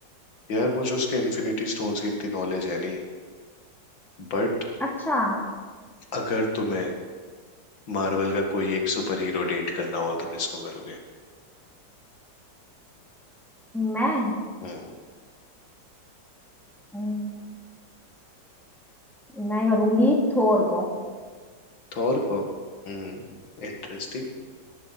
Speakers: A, on the left; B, in the centre.
A: यार मुझे उसके इन्फिनिटी स्टोन्स की इतनी नॉलेज है नहीं बट
B: अच्छा
A: अगर तुम्हें मार्वल का कोई एक सुपर हीरो डेट करना हुआ तो किसको करोगे
B: मैं
A: हम्म
B: हम्म, मैं करूंगी थोर को
A: थॉर को हम्म इंटरेस्टिंग